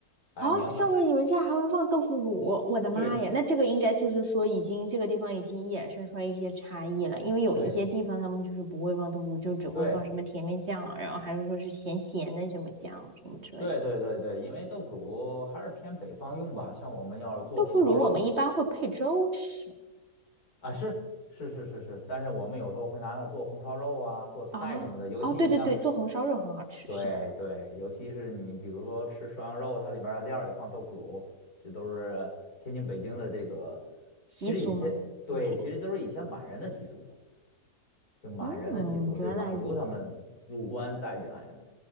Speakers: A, on the left; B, on the right.
A: 哎，
B: 啊，
A: 你要想吃，
B: 上面你们家还会放豆腐乳，我的妈呀！
A: 对
B: 那这个应该就是说，已经这个地方已经衍生出来一些差异了，因为有一些地方他们就是不会放豆腐乳，
A: 对
B: 就只会放什么甜面酱，
A: 对
B: 然后还是说是咸咸的什么酱什么之类的。
A: 对对对对，因为豆腐乳还是偏北方用吧，像我们要是做红烧肉
B: 豆腐乳我们一般会配粥吃
A: 啊，是是是是是，但是我们有时候会拿它做红烧肉啊，做菜什么的，
B: 啊，
A: 尤其你像。
B: 哦，对对对，做红烧肉很好吃，
A: 对对，
B: 是的，
A: 尤其是你比如说吃涮羊肉，它里面的料儿也放豆腐乳，这都是天津、北京的这个，
B: 习俗吗？OK，
A: 其实以前对，其实都是以前满人的习俗，就满人的习俗，
B: 嗯，原来如此
A: 对满族他们入关带进来的，